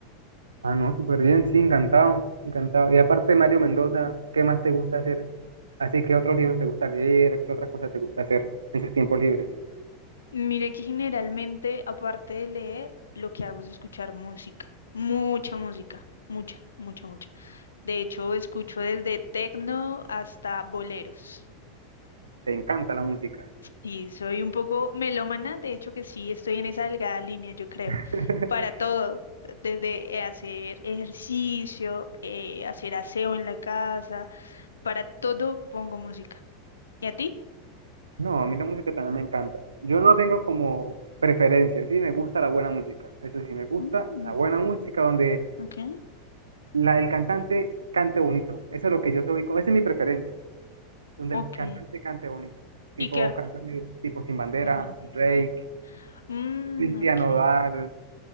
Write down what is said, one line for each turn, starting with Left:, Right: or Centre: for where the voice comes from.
Right: Ah, no, súper bien, sí, encantado, encantado. Y aparte de Mario Mendoza, ¿qué más te gusta hacer? Así, ¿qué otros libros te gusta leer? ¿Qué otras cosas te gusta hacer en sus tiempos libres?
Left: Mire que generalmente, aparte de leer, lo que hago es escuchar música. Mucha música, mucha, mucha, mucha. De hecho, escucho desde tecno hasta boleros.
Right: ¿Te encanta la música?
Left: Sí, soy un poco melómana, de hecho que sí, estoy en esa delgada línea, yo creo,
Right: <laughs>
Left: para todo, desde eh, hacer ejercicio, eh, hacer aseo en la casa, para todo pongo música. ¿Y a ti?
Right: No, a mí la música también me encanta. Yo no tengo como preferencia, sí, me gusta la buena música. Eso sí, me gusta
Left: Mm,
Right: la buena música donde
Left: ok,
Right: la, el cantante cante bonito. Eso es lo que yo soy, con- esa es mi preferencia, donde
Left: ok.
Right: el cantante cante bonito. Tipo
Left: Y que, ar-
Right: canciones tipo Sin Bandera,
Left: perdóname.
Right: Drake,
Left: Ujú. Mm,
Right: Cristian
Left: ok,
Right: Nodal,